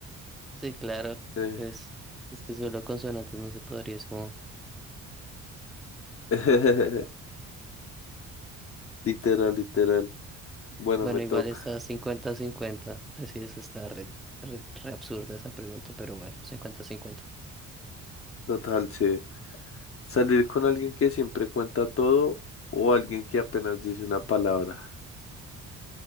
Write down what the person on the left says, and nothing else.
eh,
<laughs> Literal, literal. Bueno,
me toca.
Total, sí. Salir con alguien que siempre cuenta todo o alguien que apenas dice una palabra.